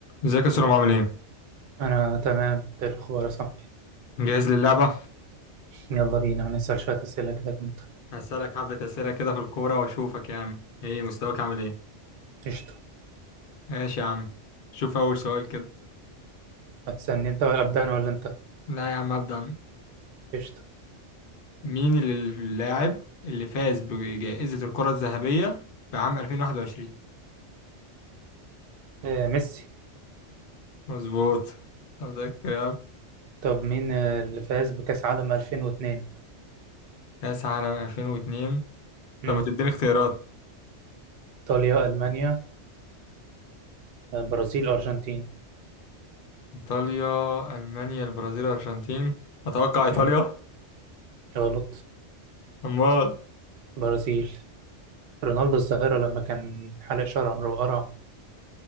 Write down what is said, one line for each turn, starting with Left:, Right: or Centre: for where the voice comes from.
Left: ازيك يا سلام عامل ايه؟
Right: أنا تمام ده الأخبار يا صاحبي
Left: جاهز للعبة؟
Right: يلا بينا هنسأل شوية أسئلة كده جامدة
Left: هسألك حبة أسئلة كده في الكورة وأشوفك يعني ايه مستواك عامل ايه؟
Right: قشطة
Left: ماشي يا عم شوف أول سؤال كده
Right: هتسألني أنت ولا أبدأ أنا ولا أنت
Left: لا يا عم أبدأ أنا.
Right: قشطة
Left: مين ال- اللاعب اللي فاز بجائزة الكرة الذهبية في عام 2021؟
Right: آه ميسي
Left: مظبوط طب مذاكر يا عم.
Right: طب مين آه، اللي فاز بكأس عالم 2002
Left: كأس عالم 2002
Right: مم.
Left: طب ما تديني اختيارات
Right: إيطاليا ألمانيا آه، برازيل أرجنتين
Left: إيطاليا ألمانيا البرازيل الأرجنتين أتوقع إيطاليا
Right: مم. غلط
Left: أمال
Right: برازيل رونالدو الظاهرة لما كان حلق شعره وقرع